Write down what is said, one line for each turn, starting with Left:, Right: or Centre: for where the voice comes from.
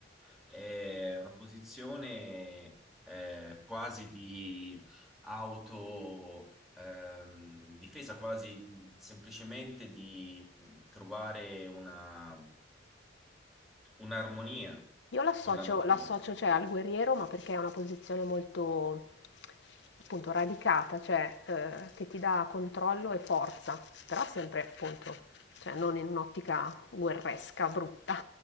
Centre: È una posizione eh, quasi di auto ehm, difesa, quasi semplicemente di trovare una, un'armonia
Left: Io l'associo,
Centre: con la natura.
Left: l'associo, cioè, al guerriero, ma perché è una posizione molto appunto radicata, cioè eh, che ti dà controllo e forza, però sempre appunto, cioè, non in un'ottica guerresca, brutta,